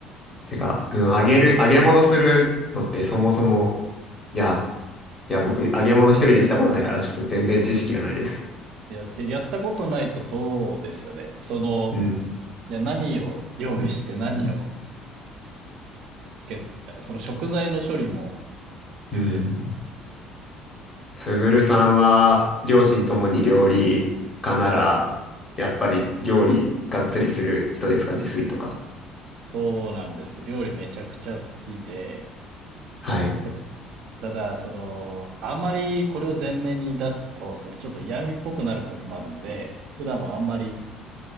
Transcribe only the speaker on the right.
いや、せやったことないとそうですよね。その、
いや、何を用意して何をつけてみたいな、その食材の処理も必要ですし。
そうなんですよ。料理めちゃくちゃ好きで、
た、ただ、その、あまりこれを前面に出すと、そのちょっと嫌味っぽくなることもあるんで、普段はあんまり